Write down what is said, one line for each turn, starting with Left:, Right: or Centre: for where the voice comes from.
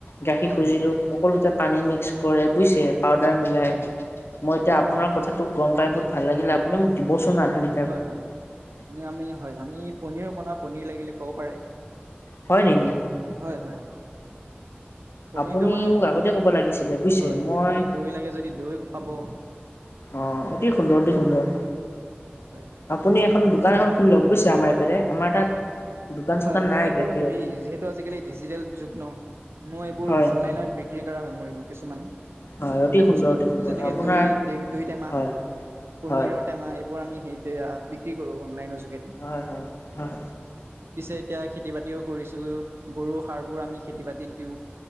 Left: গাখীৰ
Right: হয়
Left: খুজিলোঁ।
Right: হয়
Left: সকলোতে পানী মিক্স কৰে বুজিছে, পাউদাৰ মিলাই।
Right: হয় হয়
Left: মই এতিয়া আপোনাৰ কথাটো গম পাই বহুত ভাল লাগিলে, আপুনি মোক দিবচোন আধালি
Right: হয়, হয়। আমি হয়, আমি পনিৰো বনাওঁ, পনিৰ লাগিলে ক'ব পাৰে।
Left: হয় নেকি?
Right: হয়, হয়। পনীৰটো
Left: আপুনি
Right: বাৰু
Left: মোক
Right: প্ৰত্যেক,
Left: আগতে ক'ব লাগিছিলে বুজিছে
Right: হয়, হয়,
Left: মই
Right: আপুনি দৈ লাগে যদি দৈ পাব।
Left: অ', অতি সুন্দৰ অতি সুন্দৰ।
Right: <unintelligible>
Left: আপুনি এখন দোকান এখন খুলি লওঁক বুজিছে, আমাৰ এইফালে, আমাৰ তাত দোকান
Right: হয়,
Left: চোকান
Right: মই
Left: নাই
Right: এইবোৰ
Left: গাখীৰৰ
Right: হেৰি যিহেত আজিকালি ডিজিটেল যুগ নহ, মই এইবোৰ
Left: হয়
Right: অনলাইনত বিক্ৰী কৰা হয়, মোৰ এইবোৰ কিছুমান।
Left: হয় অতি সুন্দৰ
Right: বস্তুত,
Left: অতি সুন্দৰ
Right: যেনেকে
Left: আপোনাৰ
Right: দৈ দ দৈ টেমা।
Left: হয়
Right: পনিৰৰ
Left: হয়
Right: টেমা এইবোৰ আমি বিক্ৰী কৰো অনলাইনৰ যোগেদি।
Left: হয়, হয়। হয়
Right: পিছে এতিয়া খেতি বাতিও কৰিছো, গৰুৰ সাৰ বোৰ আমি খেতি বাতিত দিও।